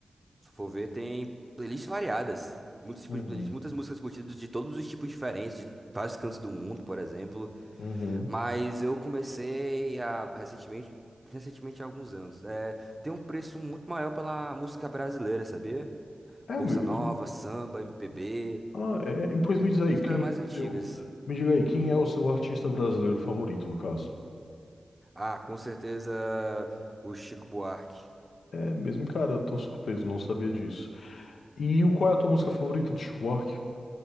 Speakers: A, on the right; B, on the left.
A: se for ver, tem playlists variadas, muitos tipos
B: Uhum.
A: de playlists, muitas músicas curtidas de todos os tipos diferentes, de vários cantos do mundo, por exemplo.
B: Uhum.
A: Mas eu comecei a recentemente, recentemente há alguns anos. É, tem um preço muito maior pela música brasileira, sabia?
B: É
A: Bolsa
B: mesmo.
A: Nova, samba, MPB.
B: Ah, é. E, Pois
A: Até
B: me diz aí,
A: músicas
B: quem
A: mais
B: é o
A: antigas.
B: teu. Me diga aí, quem
A: Hum.
B: é o seu artista brasileiro favorito, no caso?
A: Ah, com certeza o Chico Buarque.
B: É mesmo, cara, eu tô surpreso, não sabia disso. E o- qual é a tua música favorita do Chico Buarque?